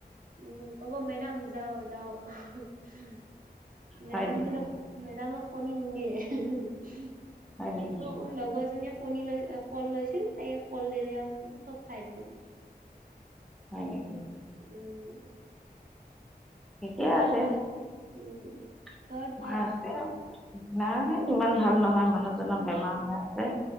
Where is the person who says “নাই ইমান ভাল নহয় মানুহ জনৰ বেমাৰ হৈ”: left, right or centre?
Centre